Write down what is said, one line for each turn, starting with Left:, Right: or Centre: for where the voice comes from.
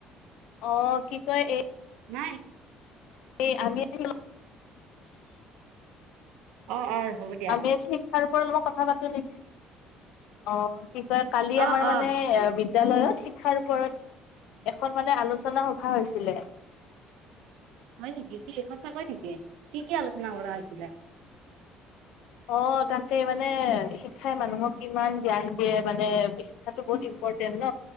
Left: অ কি কয় এই।
Right: নাই।
Left: এই আমি আছিল।
Right: অ, অ। হ'ব দিয়া
Left: আমি আচি। তাৰ ওপৰত অলপত কথা পাতো নেকি অ। কি কয় কালি আমাৰ
Right: অ
Left: মানে
Right: অ
Left: এ। বিদ্যালয়ত শিক্ষাৰ ওপৰত এখন মানে আলোচনা সভা হৈছিলে।
Right: হয় নেকি কি সঁচা কৈ নেকি কি কি আলোচনা কৰা হৈছিলে।
Left: অ তাকে মানে শিক্ষাই মানুহক কিমান জ্ঞান দিয়ে। মানে শিক্ষাটো বহুত ইম্পৰ্টেণ্ট ন